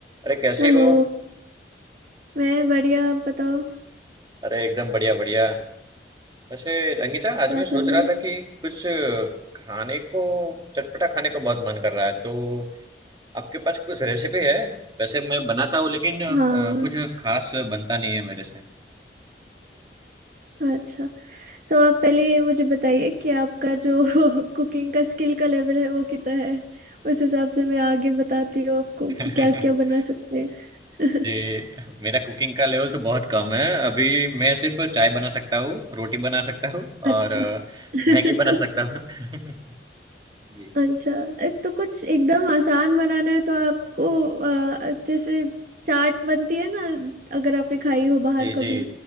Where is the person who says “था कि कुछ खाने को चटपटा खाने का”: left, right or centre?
Right